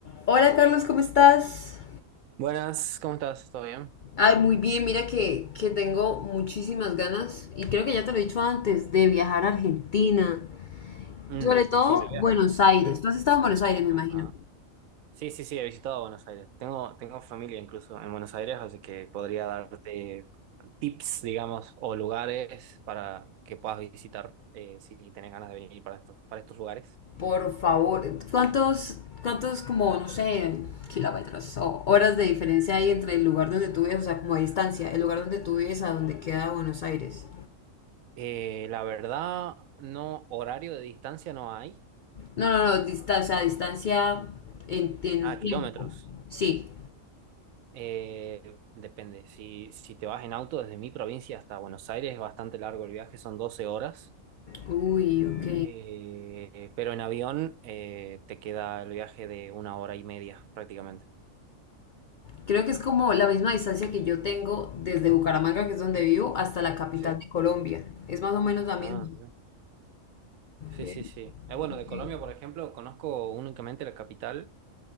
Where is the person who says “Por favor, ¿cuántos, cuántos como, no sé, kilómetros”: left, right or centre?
Left